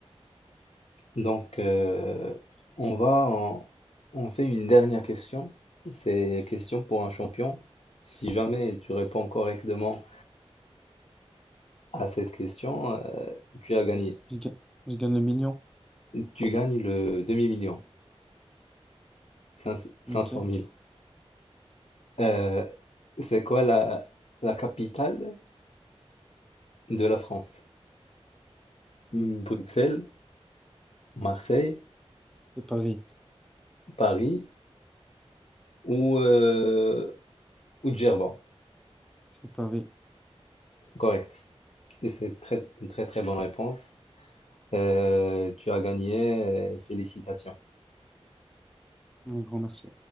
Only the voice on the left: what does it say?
Donc, euh, on va en- on fait une dernière question. C'est question pour un champion. Si jamais tu réponds correctement à cette question, euh, tu as gagné.
Tu gagnes le demi-million, cinq- 500
000. Euh, c'est quoi la, la capitale de la France? Hmm, Bruxelles, Marseille,
Paris ou, euh, ou Djerba?
Correct. Et c'est très, une très très bonne réponse. Euh, tu as gagné, euh, félicitations.